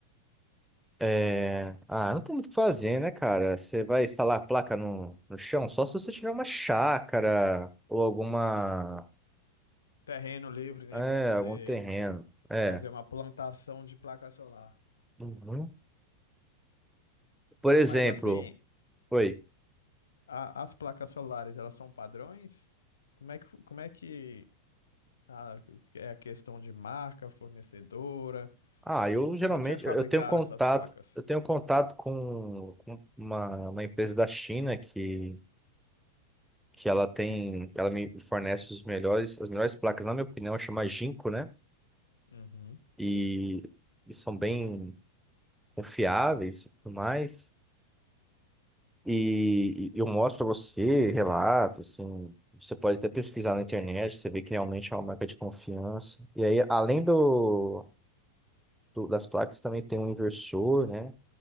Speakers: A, in the centre; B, on the left.
A: É... Ah, não tem muito o que fazer, né, cara? Você vai instalar a placa no, no chão só se você tiver uma chácara ou alguma.
B: Terreno livre, né,
A: É,
B: para poder
A: algum terreno. É.
B: fazer uma plantação de placa solar.
A: Uhum. Por exemplo,
B: Mas assim,
A: oi.
B: a- as placas solares, elas são padrões? Como é que, fu- como é que ah, é a questão de marca, fornecedora?
A: Ah, eu geralmente
B: Onde é fabricada
A: eu eu tenho contato,
B: essas placas?
A: eu tenho contato com com uma, uma empresa da China que, que ela tem, ela me fornece os melhores, as melhores placas, na minha opinião, chama Jinko, né?
B: Uhum.
A: E, e são bem confiáveis e tudo mais. E, e eu mostro pra você relato assim, você pode até pesquisar na internet, você vê que realmente é uma marca de confiança. E aí, além do, do- das placas, também tem um inversor, né?